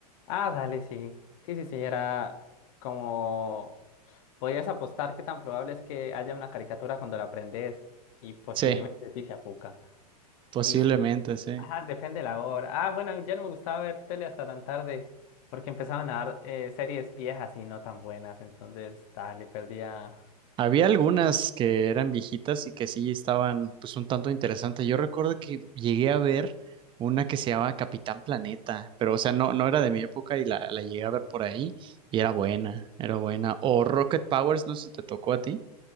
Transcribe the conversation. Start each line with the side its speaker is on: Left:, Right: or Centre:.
Left: Ah, dale, sí. Sí, sí, sí, era como Podrías apostar que tan probable es que haya una caricatura cuando la aprendes y posiblemente
Right: Sí,
Left: sí se apuca.
Right: posiblemente,
Left: Y si-
Right: sí.
Left: ajá, depende de la hora. Ah, bueno, ya no me gustaba ver tele hasta tan tarde porque empezaban a dar eh, series viejas y no tan buenas. Entonces, dale, perdía.
Right: Había algunas que eran viejitas y que sí estaban pues un tanto interesantes. Yo recuerdo que llegué a ver una que se llamaba Capitán Planeta, pero o sea, no, no era de mi época y la, la llegué a ver por ahí y era buena, era buena. O Rocket Powers, no sé si te tocó a ti.